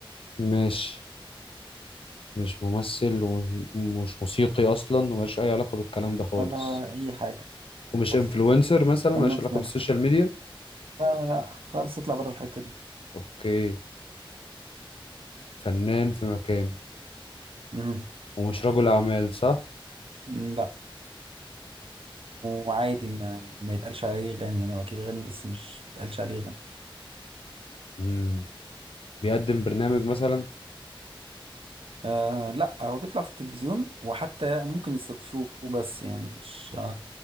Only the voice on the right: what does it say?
ولا اي حاجة
هو
فنان
في
مجاله
لا لا لا خالص اطلع بره الحتة دي
مم.
لا وعادي ما, ما يتقالش عليه غني يعني هو اكيد غني بس مش يتقالش عليه غني
آه لا هو بيطلع في التلفزيون وحتى ممكن يستضيفوه بس يعني مش آه